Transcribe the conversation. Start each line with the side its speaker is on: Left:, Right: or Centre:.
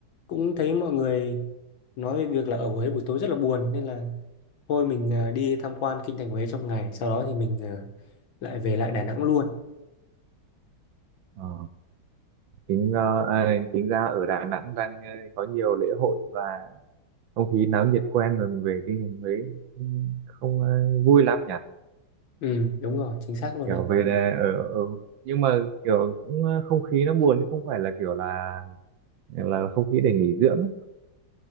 Left: cũng thấy mọi người nói về việc là ở Huế buổi tối rất là buồn nên là thôi mình ờ, đi tham quan kinh thành Huế trong ngày sau đó thì mình ờ, lại về lại Đà Nẵng luôn
Right: Ờ, chính ra à, chính ra ở Đà Nẵng đang ờ, có nhiều lễ hội và không khí náo nhiệt quen rồi mình về cái thành Huế cũng không ờ, vui lắm nhỉ
Left: ừ đúng rồi chính xác luôn
Right: kiểu
Left: đấy
Right: về là ở, ở nhưng mà kiểu cũng ờ, không khí nó buồn chứ không phải là kiểu là là không khí để nghỉ dưỡng ấy.